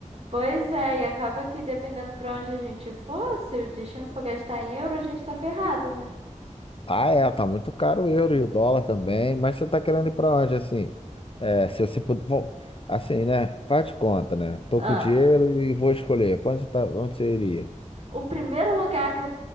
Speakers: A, on the right; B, on the left.
A: Pois é, e acaba que dependendo pra onde a gente for, se o destino for gastar em euro, a gente tá ferrado, né?
B: Ah, é, tá muito caro o euro e o dólar também, mas você tá querendo ir pra onde, assim? É, se você puder, bom, assim, né? Faz de conta, né? Tô
A: Ah.
B: com dinheiro e vou escolher. Pra onde você tá, onde você iria?
A: O primeiro lugar que eu